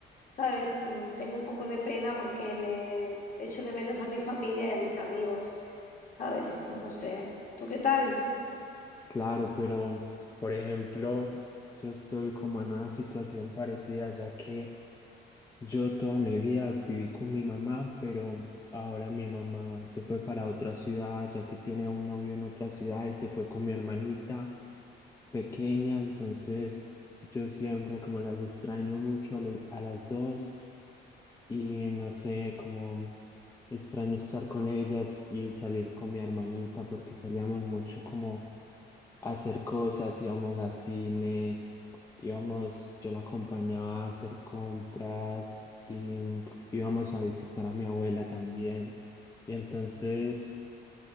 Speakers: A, on the left; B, on the left.
A: ¿sabes? Mm, Tengo un poco de pena porque me echo de menos a mi familia y a mis amigos, ¿sabes? No sé. ¿Tú qué tal?
B: Claro, pero por ejemplo, yo estoy como en una situación parecida, ya que yo toda mi vida viví con mi mamá, pero ahora mi mamá se fue para otra ciudad, ya que tiene un novio en otra ciudad y se fue con mi hermanita pequeña, entonces yo siempre como las extraño mucho a los, a las dos y no sé, como extraño estar con ellas y salir con mi hermanita porque salíamos mucho como a hacer cosas, íbamos a cine, íbamos, yo la acompañaba a hacer compras y mm, íbamos a visitar a mi abuela también. Y entonces